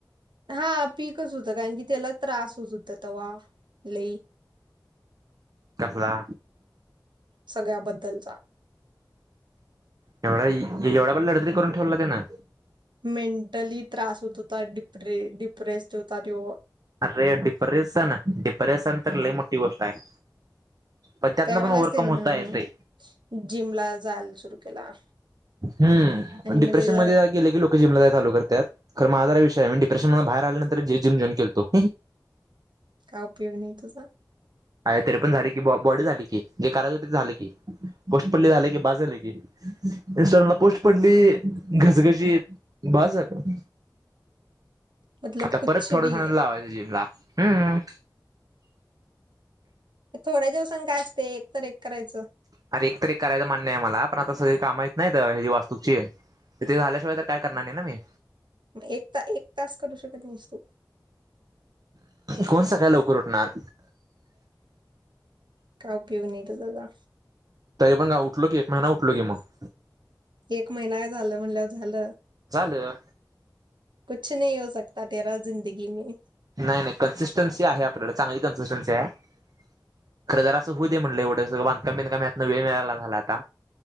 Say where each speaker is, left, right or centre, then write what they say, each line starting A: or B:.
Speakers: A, on the right (about 80°); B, on the right (about 55°).
A: हा पीकच होतं कारण की त्याला त्रास होत होत तवा लई
B: कसला?
A: सगळ्याबद्दल चा.
B: एवढा एवढा <unintelligible> करून ठेवला त्यानं.
A: मेंटली त्रास होत होता डिप्रे डिप्रेस्ड होता त्यो
B: अरे डिप्रेशन डिप्रेशन तर, लई मोठी गोष्ट आहे. पण त्यातनं
A: त्यावेेळेलाच
B: पण ओव्हरकम
A: ते न
B: होता
A: अ
B: येतंय
A: जिमला जाल सुरू केला.
B: हम्म
A: आणि
B: डिप्रेशन
A: मग त्याचा
B: मध्ये अ गेले की लोक जिमला जाया चालू करतात. खरं माझा विषय आये मी डिप्रेशन न भायर आल्यानंतर जे जिम जॉईन केलतो.
A: का उपयोग नाही तुझा.
B: एय तरी पण झाली की बॉ बॉडी झाली की, जे काराच ते झाल की, पोस्ट पडली झालय की बास झालय की. इंस्टाग्रामला पोस्ट पडली घसघशीत बास झालं.
A: मतलब
B: आता
A: कुछ
B: परत थोडसाण
A: भी
B: लावायचं जिमला. हम्म.
A: थोड्या दिवसांन काय असते एक तर एक करायचं
B: अरे एकतरी करायचं म्हणणं आहे मला, पण आता स काम हाईत नाहीत हे, जे वास्तूची त ते झाल्याशिवाय तर काय करणार नाही ना मी.
A: एक ता एक तास करू शक नाहिस तूं?
B: कोण सकाळी लवकर उठणार?
A: काय उपयोग नाही तुझा जा.
B: तरी पण ग उठलो की, एक महिना उठलो की मग.
A: एक महिना झालं म्हणल्यावर झालं.
B: झालं
A: कुछ नाही हो सकता तेरा जिंदगी मे
B: नाही नाही कन्सिस्टन्सी आहे आपल्या कड चांगली कन्सि <unintelligible> खरं तर असं हू दे म्हणलं एवढं सग बांधकाम बिधकाम यातन वेळ मिळाला झाला आता.